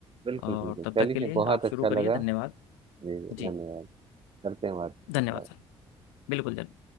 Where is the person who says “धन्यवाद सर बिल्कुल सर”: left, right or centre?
Left